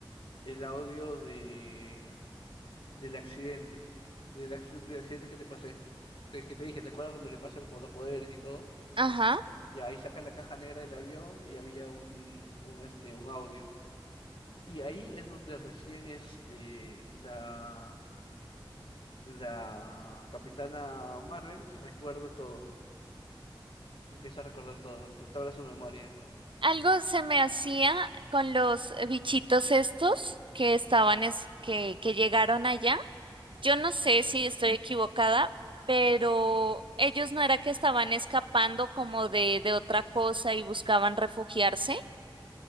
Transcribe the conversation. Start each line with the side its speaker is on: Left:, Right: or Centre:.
Left: el audio de del accidente, del, acc- del accidente que te pasé, te- que te dije, ¿te acuerdas donde le pasan po- los poderes y todo?
Right: Ajá.
Left: Ya ahí sacas la caja negra del avión y había un, un, este, un audio. Y ahí es donde recién este, la, la Capitana Marvel recuerda todo, empieza a recordar todo, restaura su memoria.
Right: Algo se me hacía con los bichitos estos que estaban, es, que, que llegaron allá. Yo no sé si estoy equivocada, pero ellos no era que estaban escapando como de, de otra cosa y buscaban refugiarse.